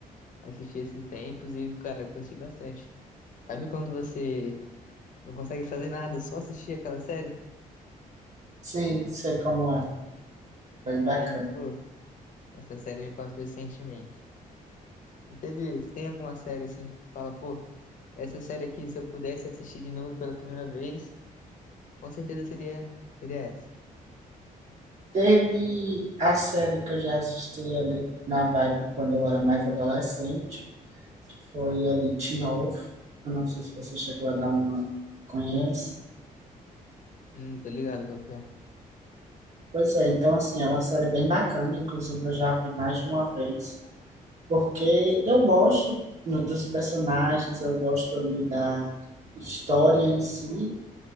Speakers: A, on the left (about 60°); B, on the right (about 45°).
A: Assisti esses tempos e, cara, curti bastante. Sabe quando você não consegue fazer nada, só assistir aquela série?
B: Sim, sei como é. Bem bacana.
A: Aí, pô, essa série me passou esse sentimento. Tu teve, tu tem alguma série assim que tu fala, pô, essa série aqui, se eu pudesse assistir de novo pela primeira vez, com certeza seria, seria essa.
B: Teve a série que eu já assisti ali na vibe quando eu era mais adolescente, que foi ali Teen Wolf. Eu não sei se você chegou a dar uma. Conhece?
A: Hum, tô ligado qual que é.
B: Pois é, então assim, é uma série bem bacana, inclusive eu já vi mais de uma vez, porque eu gosto no- dos personagens, eu gosto ali da história em si,